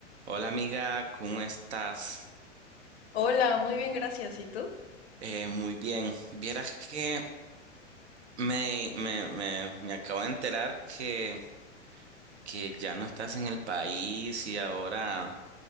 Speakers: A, on the right; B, on the left.
A: Hola amiga, ¿cómo estás?
B: Hola, muy bien, gracias. ¿Y tú?
A: Eh, muy bien. Vieras que me, me, me, me acabo de enterar que, que ya no estás en el país y ahora